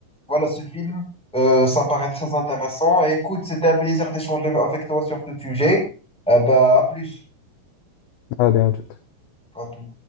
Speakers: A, in the centre; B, on the left.
A: voilà, ce film. Euh, ça me paraît très intéressant. Et écoute, c'était un plaisir d'échanger avec toi sur ce sujet. Euh, bah, à plus.
B: Allez, à tout.
A: À tout.